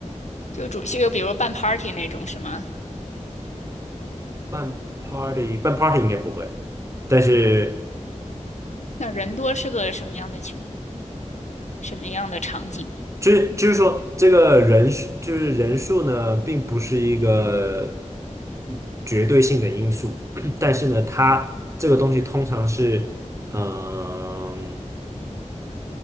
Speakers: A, on the left; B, on the right.
A: 就主，就比如办 party 那种是吗？
B: 办 party 办 party 应该不会，但是。
A: 那人多是个什么样的情，什么样的场景？
B: 就是就是说，这个人数就是人数呢，并不是一个绝对性的因素，<clears throat> 但是呢，它这个东西通常是，嗯、